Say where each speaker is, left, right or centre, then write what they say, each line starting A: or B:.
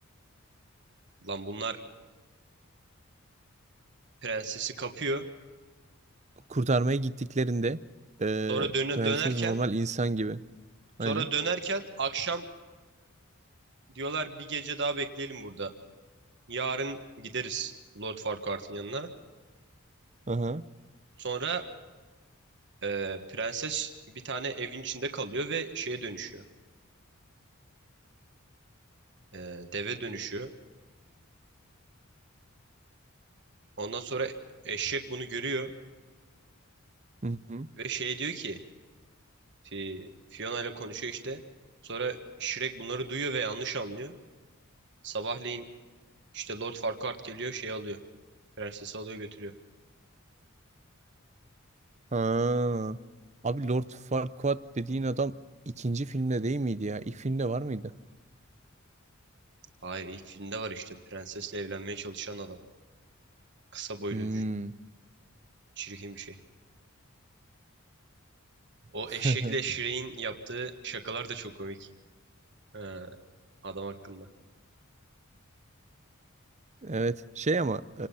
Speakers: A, on the right; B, on the right.
A: Lan bunlar prensesi kapıyor.
B: Kurtarmaya gittiklerinde eee,
A: Sonra döne-
B: prenses
A: dönerken
B: normal insan gibi.
A: sonra
B: Aynen.
A: dönerken akşam diyorlar bir gece daha bekleyelim burada. Yarın gideriz Lord Farquaad'ın yanına.
B: Aha.
A: Sonra ee, prenses bir tane evin içinde kalıyor ve şeye dönüşüyor. Ee, deve dönüşüyor. Ondan sonra eşek bunu görüyor.
B: Hı hı.
A: Ve şey diyor ki Fi- Fiona ile konuşuyor işte. Sonra Shrek bunları duyuyor ve yanlış anlıyor. Sabahleyin işte Lord Farquaad geliyor şey alıyor. Prensesi alıyor götürüyor.
B: Ha. Abi Lord Farquaad dediğin adam ikinci filmde değil miydi ya? İlk filmde var mıydı?
A: Hayır ilk filmde var işte prensesle evlenmeye çalışan adam. Kısa boylu
B: Hmm.
A: cü- çirkin bir şey. O
B: <laughs>
A: eşekle Shrek'in yaptığı şakalar da çok komik. Ee, adam hakkında.
B: Evet. Şey ama